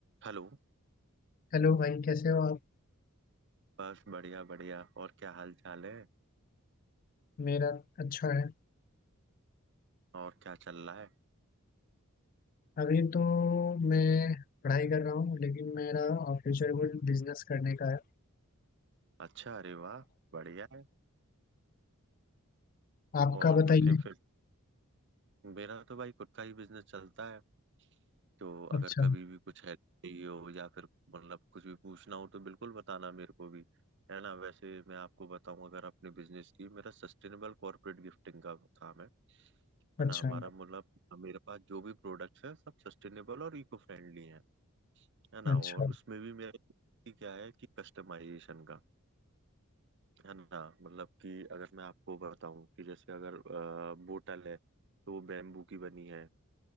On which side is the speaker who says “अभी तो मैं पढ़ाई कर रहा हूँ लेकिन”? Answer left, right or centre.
Left